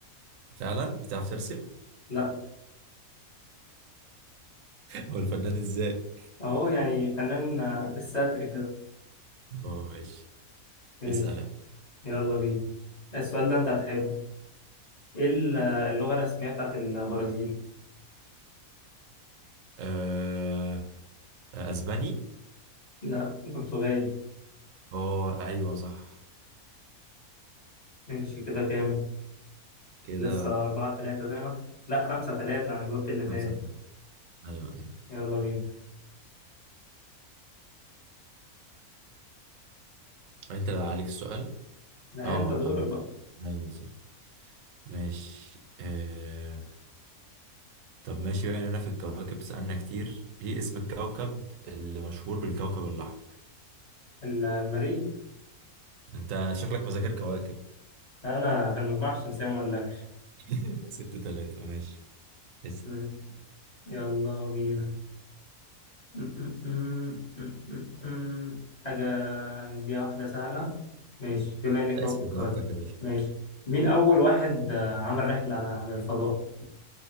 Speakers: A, on the right; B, on the left.
A: فعلا بتعرف ترسم؟ <laughs>
B: لا
A: هو الفنان ازاي؟
B: اهو يعني فنان آه، بالستر كده
A: اه ماشي
B: ماشي
A: اسأل يعني.
B: يلا بينا السؤال ده انت هتحبه ايه ال- آه، اللغة الرسمية بتاعت البرازيل؟
A: أه... اسباني؟
B: لا برتغالي
A: اه ايوه صح
B: ماشي كده كام؟
A: كده
B: لسه أربعة تلاتة زي ما إحنا. لا خمسة تلاتة أنا جاوبت اللي فات
A: خمسة تلاتة ايوه ايوه
B: يلا بينا
A: انت اللي عليك السؤال؟
B: لا
A: اه
B: أنت دورك
A: انا
B: بقى
A: ايوه صح ماشي أه... طب ماشي بقى لنا في الكواكب سألنا كتير ايه اسم الكوكب اللي مشهور بالكوكب الأحمر
B: ال- المريخ
A: انت شكلك مذاكر كواكب
B: أنا في المجموعة الشمسية ما أقولكش
A: <laughs> ست تلاتة ماشي اسأل
B: ماشي يلا بينا م- م- م- م- م- م. حاجة هنديها واحدة سهلة ماشي بما إنك
A: اسال
B: أهو بتقول
A: براحتك يا باشا
B: ماشي مين أول واحد آه، عمل رحلة للفضاء؟